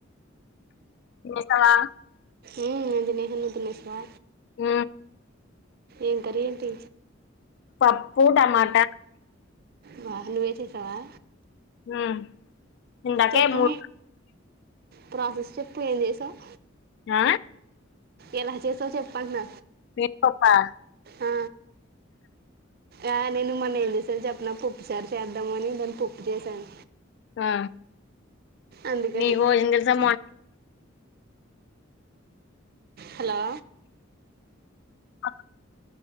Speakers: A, on the left; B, on the right.
A: లేస్నవా
B: ఊ <inaudible> నిద్ర లేశ్నవా
A: ఊ
B: ఏం కర్రీ ఏంటి
A: పప్పు టమాటా.
B: బ్బా నువ్వే చేసావా.
A: ఊ ఇందాకే
B: చెప్పు
A: మూడ్
B: ప్రాసెస్ చెప్పు ఏం చేశావ్.
A: ఆ
B: ఎలా చేసావు చెప్పు అంటున్న.
A: మినపప్పా
B: ఆ ఆ నేను మొన్న ఏంచేసాన్ చెప్పన్ న పప్పు సారు చేద్దాము అని దాన్ని పప్పు చేసాను.
A: ఆ
B: అందుకని
A: నీ భోజన తెలుసమ్మా
B: హలో
A: అ